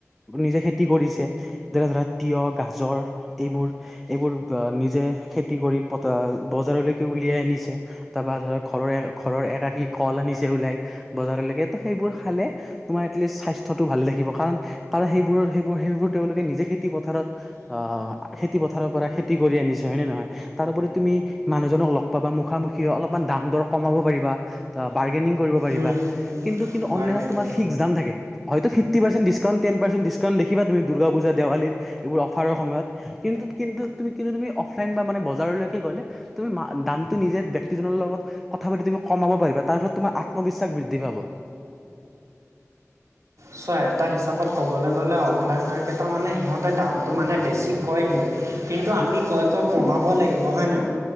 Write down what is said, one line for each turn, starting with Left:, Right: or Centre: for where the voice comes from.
Centre: নিজে খেতি কৰিছে। যেনে ধৰা তিয়ঁহ, গাজৰ এইবোৰ। এইবোৰ নিজে খেতি কৰি পতা বজাৰলৈকে উলিয়াই আনিছে। তাৰপৰা ধৰক ঘৰৰ ঘৰৰ এক আশী কল আনিছে ওলাই। বজাৰলৈকে ত সেইবোৰ খালে তোমাৰ এটলিষ্ট স্বাস্থ্য টো ভালে থাকিব, কাৰণ কাৰণ সেইবোৰত সেইবোৰ সেইবোৰ তেওঁলোকে নিজে খেতি পথাৰত অ', খেতি পথাৰৰ পৰা খেতি কৰি আনিছে হয় নে নহয়। তাৰোপৰি তুমি মানুহজনক লগ পাবা মুখামুখি অলপমান দাম দৰ কমাব পাৰিবা। বাৰ্গেনিং কৰিব পাৰিবা,
Right: উম,
Centre: কিন্তু কিন্তু
Right: বাৰ্গেনিং
Centre: অনলাইনত তোমাৰ ফিক্স দাম থাকে। হয়তো fifty percent discount ten percent discount দেখিবা তুমি দুৰ্গা পূজা দেৱালীৰ এইবোৰ অফাৰৰ সময়ত। কিন্তু কিন্তু কিন্তু তুমি অফলাইন বা মানে বজাৰলৈকে গ'লে, তুমি মা দামটো নিজে ব্যক্তিজনৰ লগত কথা পাতি তুমি কমাব পাৰিবা, তাৰ ফলত তোমাৰ আত্মবিশ্বাস বৃদ্ধি পাব।
Right: চোৱা এটা হিচাপত ক'বলৈ গ'লে অফলাইন মাৰ্কেটৰ মানে সিহঁতে দামটো মানে বেছি কৈ দিয়ে। কিন্তু
Centre: হুম,
Right: আমি কৈ কৈ কমাব লাগিব হয় নাই।